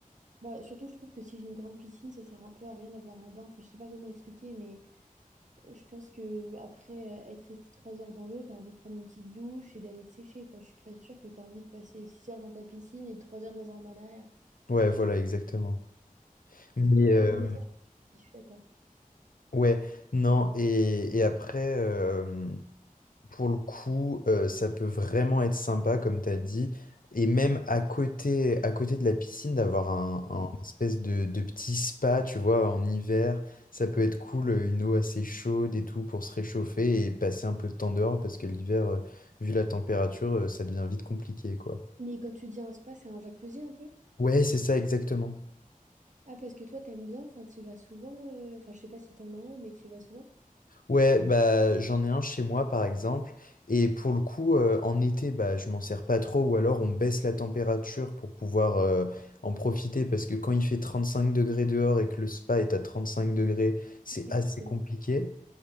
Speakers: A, on the right; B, on the left.
A: Bah, surtout, je trouve que si j'ai une grande piscine, ça sert un peu à rien d'avoir un bain. Enfin, je sais pas comment expliquer, mais je pense que euh, après euh, être resté trois heures dans l'eau, t'as envie de prendre une petite douche et d'aller te sécher, quoi. Je suis pas sûre que t'as envie de passer six heures dans ta piscine et trois heures dans un bain derrière.
B: Ouais, voilà, exactement. Mais
A: Ouais,
B: euh,
A: non, mais ça, Je suis d'accord.
B: ouais, non, et, et après, euh, pour le coup, euh, ça peut vraiment être sympa, comme t'as dit, et même à côté, à côté de la piscine, d'avoir un,
A: Ouais.
B: un espèce de, de petit spa, tu vois, en hiver, ça peut être cool, euh, une eau assez chaude et tout pour se réchauffer et passer un peu de temps dehors, parce que l'hiver, euh, vu la température, euh, ça devient vite compliqué, quoi.
A: Mais quand tu dis un spa, c'est un jacuzzi un peu?
B: Ouais, c'est ça exactement.
A: Ah, parce que toi, t'aimes bien, enfin, t'y vas souvent. euh, Enfin, je sais pas si t'en as un, mais t'y vas souvent.
B: Ouais, bah j'en ai un chez moi par exemple. Et pour le coup, euh, en été, bah je m'en sers pas trop, ou alors on baisse la température pour pouvoir euh, en profiter, parce que quand il fait 35 degrés dehors et que le spa est à 35 degrés, c'est
A: Oui,
B: assez
A: forcément.
B: compliqué.